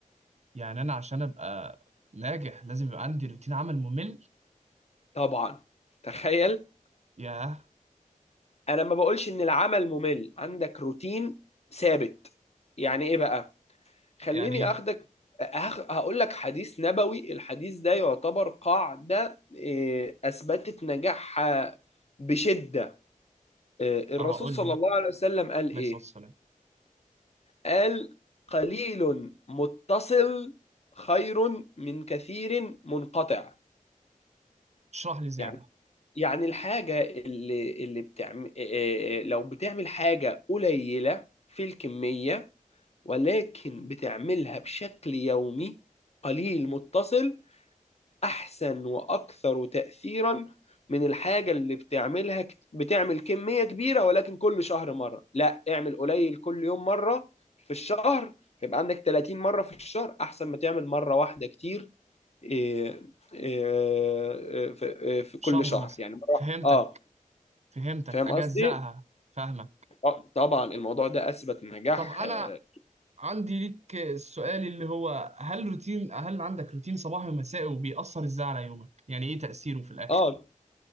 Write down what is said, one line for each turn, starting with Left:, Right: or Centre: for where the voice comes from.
Right: يعني انا عشان ابقى ناجح لازم يبقى عندي روتين عمل ممل
Left: طبعا تخيل
Right: ياه
Left: انا ما بقولش ان العمل ممل عندك روتين ثابت يعني ايه بقى خليني
Right: يعني ايه
Left: اخدك هاخ- هقول لك حديث نبوي الحديث ده يعتبر قاعدة إيه، اثبتت نجاحها بشدة إيه، الرسول
Right: اه قول
Left: صلى
Right: لي
Left: الله عليه وسلم قال ايه
Right: عليه الصلاه والسلام
Left: قال قليل متصل خير من كثير منقطع
Right: اشرح لي زياده
Left: يعني يعني الحاجة اللي اللي بتعمل لو بتعمل حاجة قليلة في الكمية ولكن بتعملها بشكل يومي قليل متصل احسن واكثر تاثيرا من الحاجه اللي بتعملها كت- بتعمل كميه كبيره ولكن كل شهر مره لا اعمل قليل كل يوم مره في الشهر يبقى عندك 30 مره في الشهر احسن ما تعمل مره واحده كتير إيه، إيه، في آه، في كل
Right: شهر
Left: شهر
Right: مثلا
Left: يعني مره واحدة.
Right: فهمتك
Left: اه
Right: فهمتك
Left: فاهم
Right: اجزأها
Left: قصدي؟
Right: فاهمك
Left: اه طبعا الموضوع ده اثبت نجاح
Right: طب انا
Left: اه
Right: عندي ليك السؤال اللي هو هل روتين هل عندك روتين صباحي ومسائي وبيأثر ازاي على يومك يعني ايه تأثيره في الاخر
Left: آه،